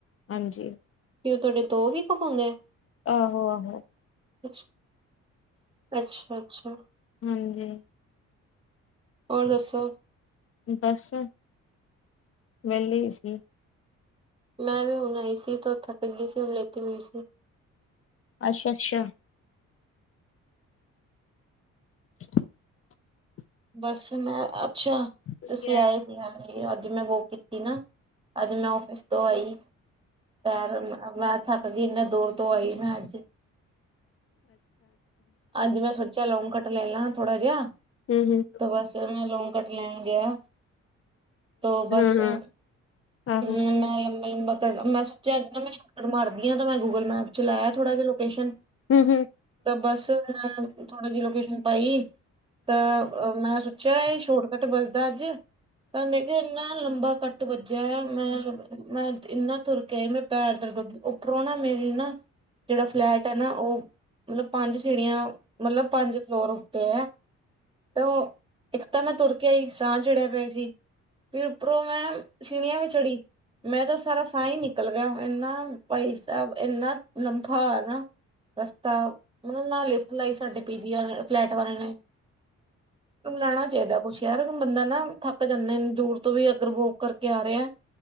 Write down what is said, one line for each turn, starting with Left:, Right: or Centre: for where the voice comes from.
Left: ਹਾਂਜੀ
Right: ਕਿ ਉਹ ਤੁਹਾਡੇ ਦੋ ਵੀ ਕਹਾਉਦੇ ਆ।
Left: ਆਹੋ- ਆਹੋ-
Right: ਅਛ, ਅਛਾ- ਅਛਾ-
Left: ਹਾਂਜੀ-
Right: ਹੋਰ ਦੱਸੋ-
Left: ਬਸ, ਵਿਹਲੀ ਹੀ ਸੀ।
Right: ਮੈਂ ਵੀ ਹੁਣ ਆਈ ਸੀ, ਬੋਹਤ ਥੱਕ ਗਈ ਸੀ, ਹੁਣ ਲੇਟੀ ਹੋਈ ਸੀ।
Left: ਅਛਾ- ਅਛਾ- <inaudible>
Right: ਬਸ ਮੈਂ ਅਛਾ,
Left: ਅੱਛਾ-ਅੱਛਾ।
Right: ਤੁਸੀ ਆਏ ਸੀ ਆ, ਅੱਜ ਮੈ ਵੋਕ ਕੀਤੀ ਨਾ- ਅੱਜ ਮੈ ਆਫਿਸ ਤੋਂ ਆਈ, ਪੈਰ ਮੈ- ਥੱਕ ਗਈ, ਇੰਨੇ ਦੂਰ ਤੋਂ ਆਈ ਮੈਂ ਅੱਜ ਅੱਜ ਮੈਂ ਸੋਚਿਆ ਲੋਂਗ ਕੱਟ ਲੈ ਲ ਹਾਂ ਥੋੜਾ ਜਿਹਾ
Left: ਹੂੰ-ਹੂੰ,
Right: ਤਾਂ ਬਸ, ਮੈਂ ਲੋਨ ਕੱਟ ਲੈਣ ਗਿਆ ਤੋ
Left: ਹੂੰ-ਹੂੰ
Right: ਬਸ, ਮੈਂ
Left: ਆਹੋ।
Right: ਲੰਬਾ- ਲੰਬਾ ਮੈਂ ਸੋਚਿਆ ਚੱਕਰ ਮਰਦੀ ਹਾਂ, ਮੈਂ ਗੂਗਲ ਮੈਪ 'ਚ ਲਾਇਆ ਥੋੜਾ ਜਹਾ ਲੋਕੇਸ਼ਨ
Left: ਹੂੰ-ਹੂੰ।
Right: ਤਾਂ ਬਸ, ਮੈਂ ਥੋੜੀ ਜਹੀ ਲੋਕੇਸ਼ਨ ਪਾਈ ਤਾਂ, ਮੈਂ ਸੋਚਿਆ ਇਹ ਸ਼ੋਰਟਕੱਟ ਵੱਜਦਾਅੱਜ, ਤਾਂ ਇੰਨਾ ਲੰਬਾ ਕੱਟ ਵੱਜਿਆ, ਮੈਂ, ਮੈਂ ਇੰਨਾ ਤੁਰ ਕੇ ਆਈ, ਮੈਂ ਪੈਰ ਦਰ ਦ, ਉੱਪਰੋਂ ਨਾ ਮੇਰੀ ਨਾ ਜਿਹੜਾ ਫਲੈਟ ਹੈ ਨਾ ਉਹ, ਮਤਲਬ ਪੰਜ ਸੀੜੀਆਂ, ਮਤਲਬ ਪੰਜ ਫਲੋਰ ਉੱਤੇ ਹੈ ਤੇ ਉਹ, ਇੱਕ ਤਾਂ ਮੈਂ ਤੁਰ ਕੇ ਆਈ ਸਾਹ ਚੜਿਆ ਪਿਆ ਸੀ ਫਿਰ ਉੱਪਰੋਂ ਮੈਂ ਸੀੜੀਆਂ ਵੀ ਚੜੀ ਮੈਂ ਤਾਂ ਸਾਰਾ ਅਹੀਂ ਨਿਕਲ ਗਿਆ ਇੰਨਾ ਭਾਈ ਸਾਬ ਇੰਨਾ ਲੰਬਾ ਨਾ ਰਸਤਾ ਮਤਲਬ ਨਾ ਲਿਫਟ ਲਾਈ ਸਾਡੇ ਪੀ ਜੀ ਵਾਲੇ ਫਲੈਟ ਵਾਲੇ ਨੇ ਲਾਣਾ ਚਾਹੀਦਾ ਕੁਛ ਯਾਰ ਹੁਨ ਬੰਦਾ ਨਾ ਥੱਕ ਜਾਂਦਾ ਦੂਰ ਤੋਂ ਵੀ ਅਗਰ ਵੋਕ ਕਰਕੇ ਆ ਰਿਆ।